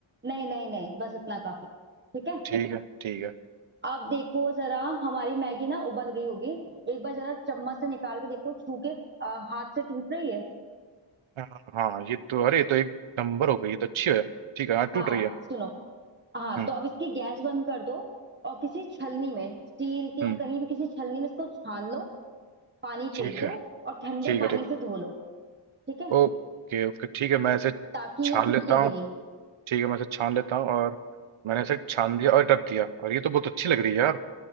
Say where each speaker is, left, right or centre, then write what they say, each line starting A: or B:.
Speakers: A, on the right (about 25°); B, on the right (about 80°).
A: नहीं नहीं नहीं बस इतना काफी ठीक है
B: ठीक है ठीक है
A: अब देखो जरा हमारी मैगी ना उबल गई होगी एक बार जरा चम्मच से निकाल के देखो छू के अ, हाथ से टूट रही है
B: हाँ हाँ, ये तो अरे ये तो एक नंबर हो गई ये तो अच्छी है ठीक है हाँ टूट
A: हाँ
B: रही है
A: सुनो हाँ
B: हम्म
A: तो अब इसकी गैस बंद कर दो और किसी छलनी में स्टील के
B: हम्म
A: या कहीं भी किसी छलनी में इसको छान लो पानी फेंक
B: ठीक
A: दो
B: है
A: और ठंडे
B: ठीक
A: पानी
B: है ठीक
A: से धो लो ठीक है
B: ओके ओके ठीक है मैं इसे
A: ताकि
B: छान
A: ये चिपकेगी
B: लेता हूँ
A: नहीं
B: ठीक है मैं इसे छान लेता हूँ और मैंने इसे छान दिया और रख दिया और ये तो बहुत अच्छी लग रही है यार